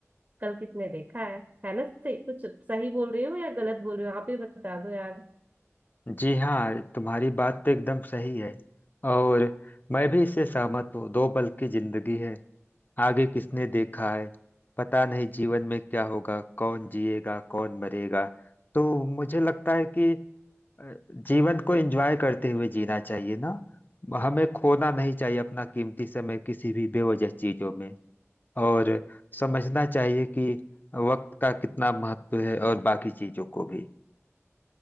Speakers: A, on the right (about 45°); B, on the left (about 40°).
A: कल किसने देखा है है ना सही कुछ सही बोल रही हो या गलत बोल रही हो आप ही बता दो यार
B: जी हाँ तुम्हारी बात तो एकदम सही है और मैं भी इससे सहमत हूँ दो पल की जिंदगी है आगे किसने देखा है पता नहीं जीवन में क्या होगा कौन जिएगा कौन मरेगा तो मुझे लगता है कि अ, जीवन को एंजॉय करते हुए जीना चाहिए ना हमें खोना नहीं चाहिए अपना कीमती समय किसी भी बेवजह चीजों में और समझना चाहिए कि वक्त का कितना महत्व है और बाकी चीजों को भी